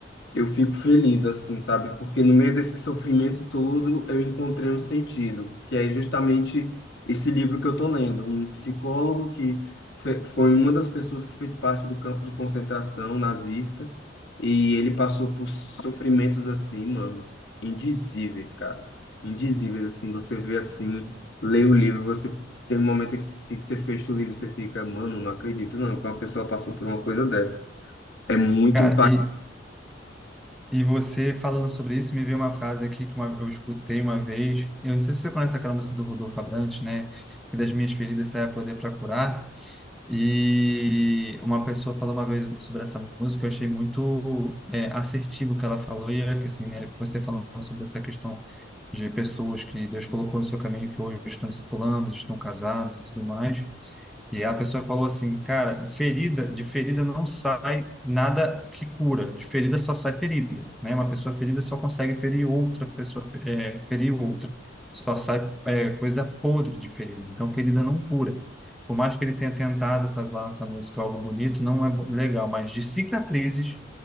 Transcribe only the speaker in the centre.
Cara, e, e você falando sobre isso, me veio uma frase aqui que uma- eu escutei uma vez. Eu não sei se você conhece aquela música do Rodolfo Abrantes, né? Que das minhas feridas sai a poder para curar. E uma pessoa falou uma vez sobre essa música, eu achei muito é, assertivo o que ela falou, e é que assim, né, você falando sobre essa questão de pessoas que Deus colocou no seu caminho, que hoje estão discipulando, estão casados e tudo mais, e a pessoa falou assim, cara, ferida, de ferida não sai nada que cura, de ferida só sai ferida, né? Uma pessoa ferida só consegue ferir outra pessoa, fe- é, ferir outra, só sai é, coisa podre de ferida. Então, ferida não cura. Por mais que ele tenha tentado fazer lá essa música algo bonito, não é legal. Mas de cicatrizes